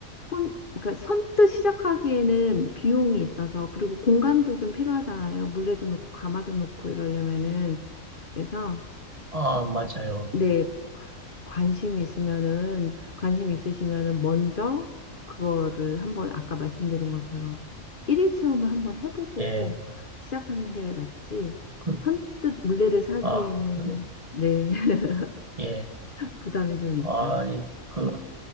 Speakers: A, on the left; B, on the right.
A: 혼, 그러니까 선뜻 시작하기에는 비용이 있어서 그리고 공간도 좀 필요하잖아요. 물레도 놓고 가마도 놓고 이러려면은 그래서
B: 아, 맞아요.
A: 네, 관심 있으면은, 관심 있으시면은 먼저 그거를 한번 아까 말씀드린 것처럼 일일 체험을 한번 해보고
B: 예.
A: 시작하는 게 낫지,
B: 그,
A: 선뜻 물레를 사기에는,
B: 아, 그러네.
A: 네, <laughs>
B: 예.
A: 부담이 좀 있죠.
B: 아, 이- 그,